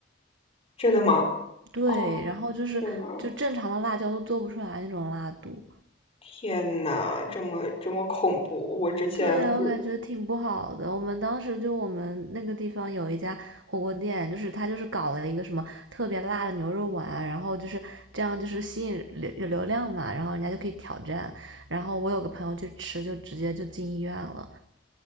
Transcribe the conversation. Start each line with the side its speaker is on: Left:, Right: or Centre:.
Left: 真的吗？
Right: 对，
Left: 哦，
Right: 然后就是就正常的辣椒都做不出来那种辣度。
Left: 天呐，天呐，这么这么恐怖！我之前不是
Right: 对，我感觉挺不好的。我们当时就我们那个地方有一家火锅店，就是他就是搞了一个什么特别辣的牛肉丸，然后就是这样就是吸引流有流量嘛，然后人家就可以挑战。然后我有个朋友去吃，就直接就进医院了。